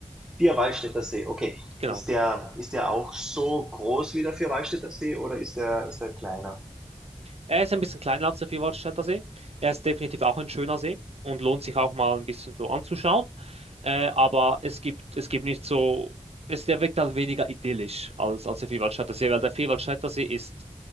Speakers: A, in the centre; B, on the right (about 55°).
A: Vierwaldstätter See, okay.
B: Genau.
A: Ist der, ist der auch so groß wie der Vierwaldstätter See oder ist der, ist der kleiner?
B: Er ist ein bisschen kleiner als der Vierwaldstätter See. Er ist definitiv auch ein schöner See und lohnt sich auch mal ein bisschen so anzuschauen. Äh, aber es gibt, es gibt nicht so, es, der wirkt halt weniger idyllisch als, als der Vierwaldstätter See, weil der Vierwaldstätter See ist